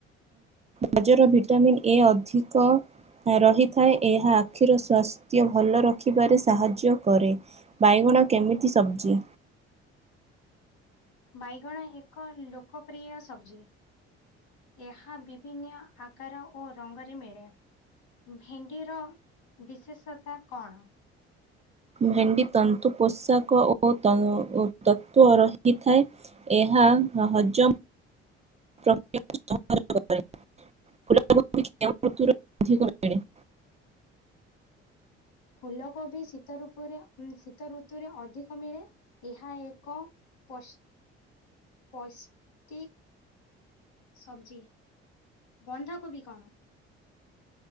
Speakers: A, on the right; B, on the left.
A: ଗାଜର ଭିଟାମିନ୍ ଏ ଅଧିକ ରହିଥାଏ ଏହା ଆଖିର ସ୍ୱାସ୍ଥ୍ୟ ଭଲ ରଖିବାରେ ସାହାଯ୍ୟ କରେ। ବାଇଗଣ କେମିତି ସବଜି?
B: ବାଇଗଣ ଏକ ଲୋକପ୍ରିୟ ସବଜି। ଏହା ବିଭିନୀୟ ଆକାର ଓ ରଙ୍ଗରେ ମିଳେ। ଭେଣ୍ଡିର ବିଶେଷତା କଣ?
A: ଭେଣ୍ଡି ତନ୍ତୁ ପୋଷାକ ଓ ତ ଓ ତତ୍ଵ ରହିଥାଏ। ଏହା ହଜମ ପ୍ରକ୍ରିୟା <unintelligible> <inaudible>
B: ଫୁଲ କୋବି ଶୀତ ରୂପୁରେ ଶୀତ ଋତୁରେ ଅଧିକ ମିଳେ ଏହା ଏକ ପସ ପୈଷ୍ଟିକ ସବଜିି ବନ୍ଧାକୋବି କଣ?